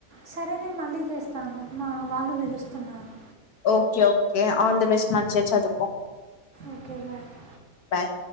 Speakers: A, on the right; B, on the left.
A: సరే నేను మళ్ళీ చేస్తాను మా వాళ్ళు పిలుస్తున్నారు
B: okay okay all the best మంచి చదుకో
A: ఓకే బాయ్
B: బాయ్